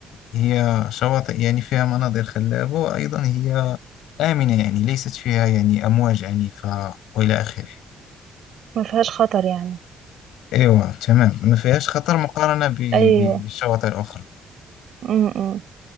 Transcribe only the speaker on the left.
هي شواطئ يعني فيها مناظر خلابة وأيضا هي آمنة يعني ليست فيها يعني أمواج عنيفة وإلى آخره
أيوة تمام ما فيهاش خطر مقارنة ب...
ب... بالشواطئ الأخرى